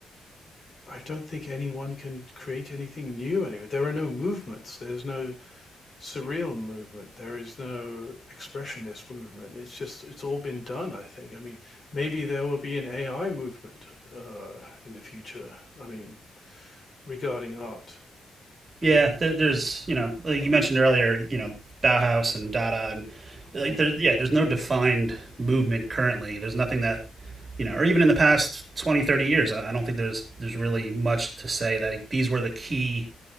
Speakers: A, on the left; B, on the right.
A: i don't think anyone can create anything new anyway there are no movements there's no surreal movement there is no expressionist movement it's just it's all been done i think i mean maybe there will be an ai movement uh, in the future i mean regarding art.
B: <laughs> yeah, there, there's, you know, like you mentioned earlier, you know, Bauhaus and Dada, and like,
A: Hmm.
B: there, yeah, there's no defined movement currently. There's nothing that, you know, or even in the past 20, 30 years, I, I don't think there's there's really much to say that like, these were the key